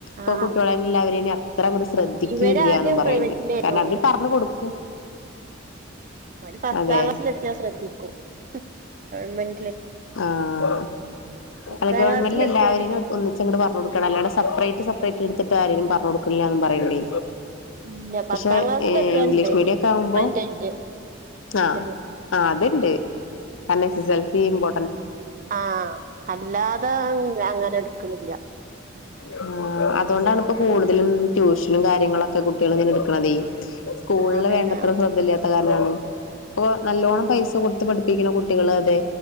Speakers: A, on the right; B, on the left.
A: ആഹ്
B: പൊ കുട്ടികളെ എല്ലാവരയും ഇനി അത്ര ശ്രദ്ധിക്കൂല്ലന്നും
A: ഇവരാദ്യം
B: പറയണ്ട്
A: പ്രൈവറ്റിലായിരുന്നു
B: കാരണം അവര് പറഞ്ഞു കൊടുക്കും
A: ഒരു പത്താം
B: അതെ
A: ക്ലാസ്സില് എത്തിയാൽ ശ്രദ്ധിക്കൂ ഗൺമെൻ
B: ആ
A: പത്താം
B: ഗവൺമെന്റില്
A: ക്ലാസ്സിലെത്തിയാല്
B: എല്ലാവരും ഒന്നിച്ച അങ്ങോട് പറഞ്ഞു കൊടുക്കണം അല്ലാതെ സെപ്പറേ സെപ്പറേറ്റ് എടുത്തിട്ട് ആരലും പറഞ്ഞ കൊടുക്കില്ലന്ന് പറയണ്ടേ
A: ഇല്ല
B: പക്ഷെ
A: പത്താം ക്ലാസ്സിലെത്തിയാണ്ട്
B: ഇംഗ്ലീഷ് മീഡിയം ഒക്കെ ആവുമ്പോ
A: സെപ്പറേറ്റ് ആയിട്ട് എടുക്കല്
B: ആ ആ അത്ണ്ട് കാരണം എസ് എസ് എൽ സി ഇമ്പോ
A: ആ അല്ലാതെ അങ്ങനെ എടുക്കുന്നില്ല.
B: ആ അതുകൊണ്ടാണ് ഇപ്പോ കൂടുതലും ട്യൂഷനും കാര്യങ്ങളൊക്കെ കുട്ടികൾ ഇങ്ങനെ എടുക്കണതെ സ്കൂളില്
A: ആഹ് അതന്നെ
B: വേണ്ടത്ര ശ്രദ്ധയില്ലാത്ത കാരാണണ്. അപ്പ നല്ലോണ്ണം
A: ഉം
B: പൈസ കൊടുത്ത് പഠി കുട്ടികൾ അതെ